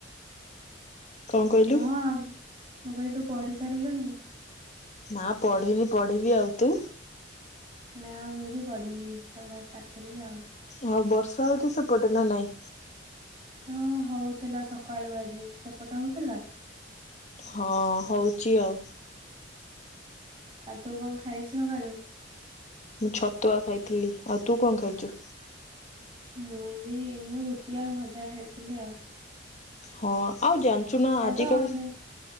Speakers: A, on the left (about 35°); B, on the right (about 30°).
A: କଣ କହିଲୁ
B: ହଁ, ମୁଁ କହିଲି, ତୁ ପଢି ସାରିଲୁଣି?
A: ନା, ପଢିନି। ପଢିବି। ଆଉ ତୁ?
B: ନା, ମୁଁ ବି ପଢିନି। ପଢା ଷ୍ଟାର୍ଟ କରିବି ଆଉ।
A: ହଉ, ବର୍ଷା ହଉଛି ସେପଟେ, ନା ନାଇଁ?
B: ହଁ, ହଉଥିଲା ସକାଳୁ ଆଜି। ସେପଟେ ହଉଥିଲା?
A: ହଁ, ହଉଛି ଆଉ।
B: ଆଜି ତୁ କଣ ଖାଇଛୁ ସକାଳୁ?
A: ମୁଁ ଛତୁଆ ଖାଇଥିଲି। ଆଉ ତୁ କଣ ଖାଇଛୁ?
B: ମୁଁ ବି, ମୁଁ ରୁଟି ଆଉ ଭଜା ଖାଇଥିଲି, ଆଉ।
A: ହଁ, ଆଉ ଜାଣିଛୁ ନା, ଆଜିକାଲି,
B: ତ ଅନେକ